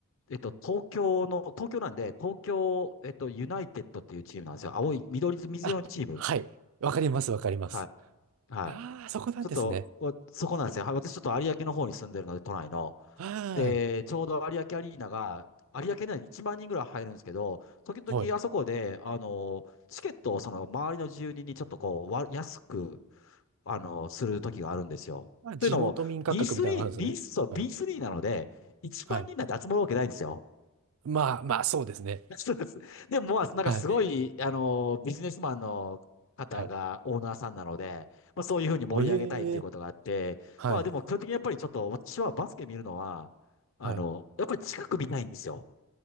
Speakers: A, on the left; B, on the right.
A: えっと、東京の、東京なんで、東京、えっと、ユナイテッドっていうチームなんですよ。青い、緑、水色のチーム。
B: あ、はい。わかります、わかります。
A: はい。はい。
B: ああ、そこなんですね。
A: ちょっと、おそこなんですよ。はい私ちょっと有明の方に住んでるので、都内の。
B: はーい。
A: で、ちょうど有明アリーナが、有明内に1万人ぐらい入るんですけど、時々あそこで、
B: はい。
A: あの、チケットをその周りの住人にちょっとこう、わ安く、あの、する時があるんですよ。
B: ああ、地元民価格みたいなのがあるんですね。
A: というのも、B3、B、そう、
B: はい。
A: B3 なので、1万人なんて集まるわけないんですよ。
B: はい。まあ、まあ、そうですね。
A: <laughs> そうです。でも、まあ、なんかすごい、
B: はい。
A: あの、ビジネスマンの方がオーナーさんなので、
B: はい。
A: まあ、そういうふうに盛り上げたいっていうことがあって、
B: おええはい。
A: まあ、でも基本的にやっぱりちょっと、私はバスケ見るのは、あの、
B: はい。
A: やっぱり近く見たいんですよ。